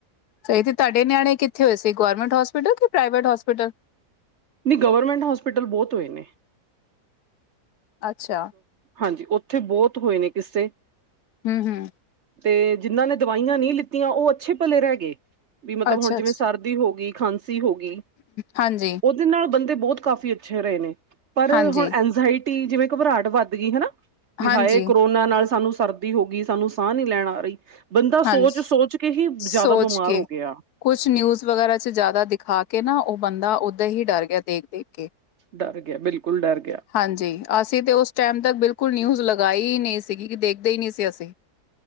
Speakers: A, on the left; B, on the right.
A: ਸਹੀ ਤੇ ਤੁਡੇ ਨਿਆਣੇ ਕਿੱਥੇ ਹੋਏ ਸੀ। ਗੌਰਰਮੈਂਟ ਹੋਸਪਿਟਲ ਕਿ, ਪ੍ਰਾਈਵੇਟ ਹੋਸਪਿਟਲ
B: ਨਹੀਂ, ਗਵਰਮੈਂਟ ਹੋਸਪੀਟਲ, ਬਹੁਤ ਹੋਏ ਨੇ
A: ਅੱਛਾ।
B: ਹਾਂਜੀ, ਉੱਥੇ ਬਹੁਤ ਹੋਏ ਨੇ ਕਿਸੇ।
A: ਹਮ, ਹਮ
B: ਤੇ ਜਿੰਨਾਂ ਨੇ, ਦਵਾਈਆਂ ਨਹੀਂ ਲਿੱਤੀਆਂ, ਉਹ ਅੱਛੇ ਭਲੇ ਰਹਿ ਗਏ, ਵੀ ਮਤਲਬ
A: ਅੱਛਾ,
B: ਹੁਣ ਜਿਵੇਂ
A: ਅੱਛਾ,
B: ਸਰ ਹੋ ਗਈ, ਖਾਂਸੀ ਹੋ ਗਈ,
A: ਹਾਂਜੀ,
B: ਉਹਦੇ ਨਾਲ ਬੰਦੇ ਬਹੁਤ ਕਾਫੀ ਅੱਛੇ ਰਹੇ ਨੇ। ਪਰ
A: ਹਾਂਜੀ,
B: ਹੁਣ ਐਨਜਾਇਟੀ, ਜਿਵੇਂ ਘਬਰਾਹਟ ਵੱਧ ਗਈ, ਹਨਾ ਵੀ
A: ਹਾਂਜੀ,
B: ਹਾਏ ਕਰੋਨਾ ਉਨ੍ਹਾਂ ਨਾਲ ਸਾਨੂੰ ਸਰਦੀ ਹੋ ਗਈ, ਸਾਨੂੰ ਸਾਹ ਨੀ ਲੈਣ ਆ ਰਹੀ ਬੰਦਾ
A: ਹਾਂਜੀ।
B: ਸੋਚ- ਸੋਚ ਕੇ ਹੀ ਜ਼ਿਆਦਾ
A: ਸੋਚ
B: ਬਿਮਾਰ
A: ਕੇ
B: ਹੋ ਗਿਆ
A: ਕੁਛ ਨਿਊਜ਼ ਵਗੈਰਾ, ਚ ਜ਼ਿਆਦਾ ਦਿਖਾ ਕੇ ਨਾ, ਉਹ ਬੰਦਾ ਉਦਾ ਹੀ ਡਰ ਗਿਆ ਦੇਖ- ਦੇਖ ਕੇ
B: ਡਰ ਗਿਆ, ਬਿਲਕੁਲ ਡਰ ਗਿਆ।
A: ਹਾਂਜੀ, ਅਸੀਂ ਤਾਂ ਉਸ ਟਾਈਮ ਤੱਕ ਬਿਲਕੁਲ, ਨਿਊਜ਼ ਲਗਾਈ ਹੀ ਨਹੀਂ ਸੀਗੀ ਕਿ, ਦੇਖਦੇ ਹੀ ਨਈ ਸੀ ਅਸੀਂ